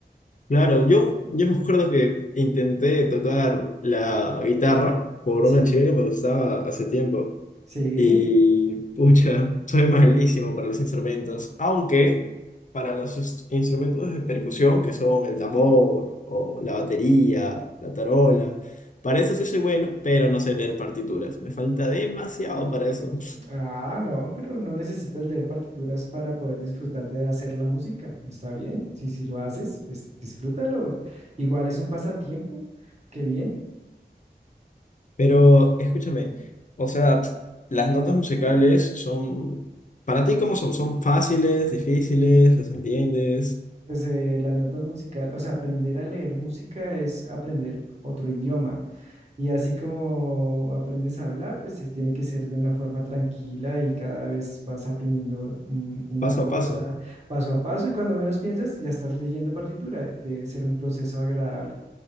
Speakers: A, on the left; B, on the right.
A: Claro, yo, yo me acuerdo que intenté tocar la guitarra por
B: Sí,
A: una chica que me gustaba hace tiempo
B: sí.
A: y pucha, <laughs> soy malísimo para los instrumentos, aunque para los inst- instrumentos de percusión que son el tambor o la batería, la tarola, para eso sí soy bueno, pero no sé leer partituras, me falta demasiado para eso.
B: Ah, no, pero no necesitas leer partituras para poder disfrutar de hacer la música. Está bien. Sí, si lo haces, pues disfrútalo. Igual es un pasatiempo. Qué bien.
A: Pero escúchame, o sea, las notas musicales son, para ti, ¿cómo son? ¿Son fáciles, difíciles? ¿Las entiendes?
B: Pues eh, las notas musicales, o sea, aprender a leer música es aprender otro idioma. Y así como aprendes a hablar, pues es- tiene que ser de una forma tranquila y cada vez vas aprendiendo un- una
A: Paso
B: cosa
A: a paso.
B: paso a paso y cuando menos piensas ya estás leyendo partitura. Debe ser un proceso agradable.